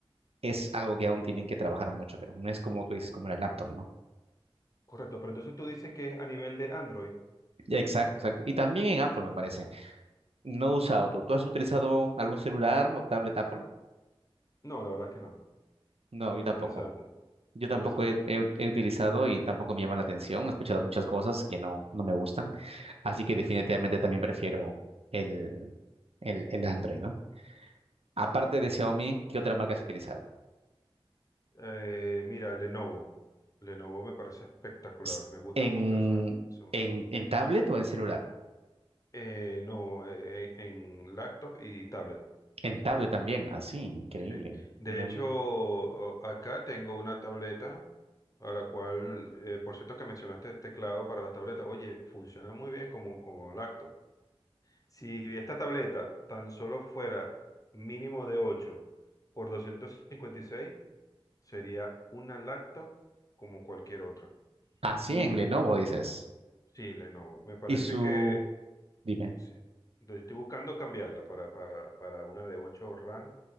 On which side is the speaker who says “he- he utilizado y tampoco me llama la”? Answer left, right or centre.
Right